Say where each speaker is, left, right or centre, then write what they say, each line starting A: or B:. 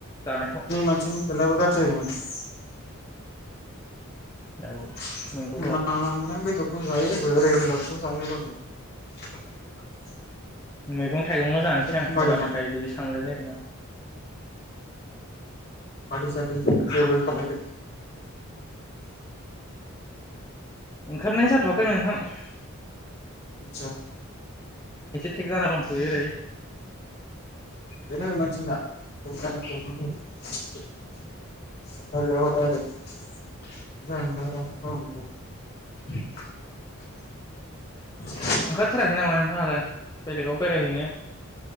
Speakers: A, on the left; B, on the left.
A: जानायखौ
B: मानसिनि हेल्ताबो गाज्रि जायो माने ।
A: औ
B: <unintelligible>
A: नंगौथ'
B: जायो <unintelligible>
A: मेगन थाइगंल जानोसै
B: एसे खमायदों
A: आं एबारनिफ्राय
B: माने
A: बिदि सानलायलायदों आ
B: फार्थि सार्थि जेबो खालायाखै
A: ओंखारनाय जाथ'वाखै नोंथां ।
B: आदसा
A: थेक जाना दंथ'यो ओरै
B: बेनो मानसिना <unintelligible> <inaudible>
A: ओंखारथाराखै नामा नोंथाङालाय बेलेगाव बेरायहैनो?